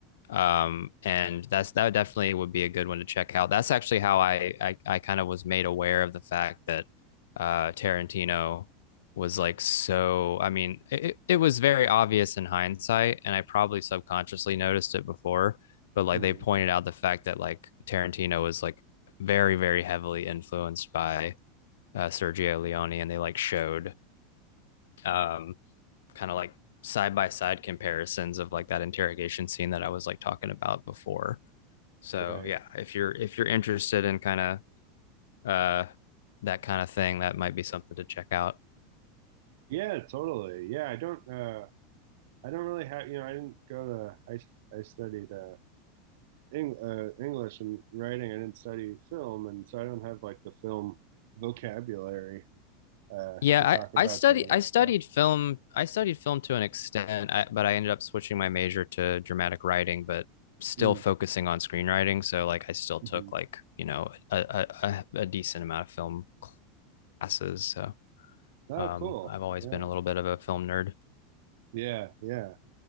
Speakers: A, on the left; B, on the right.
A: um and that's that definitely would be a good one to check out that's actually how i i, I kind of was made aware of the fact that uh tarantino was like so i mean it, it was very obvious in hindsight and i probably subconsciously noticed it before but like
B: Mm-hmm.
A: they pointed out the fact that like tarantino was like very very heavily influenced by uh, sergio leone and they like showed um kind of like side by side comparisons of like that interrogation scene that i was like talking about before so
B: Right.
A: yeah, if you're if you're interested in kind of uh that kind of thing, that might be something to check out.
B: Yeah, totally. Yeah, I don't uh I don't really have, you know, I didn't go to I I studied uh, Eng, uh English and writing. I didn't study film and so I don't have like the film vocabulary uh
A: Yeah,
B: to talk about
A: I I study
B: some of this
A: I studied
B: stuff.
A: film I studied film to an extent, I, but I ended up switching my major to dramatic writing, but still
B: Mm.
A: focusing on screenwriting. So like I still
B: hmm
A: took like you know a a, a- decent amount of film classes. So
B: Oh,
A: um,
B: cool.
A: I've always
B: Yeah.
A: been a little bit of a film nerd.
B: Yeah, yeah.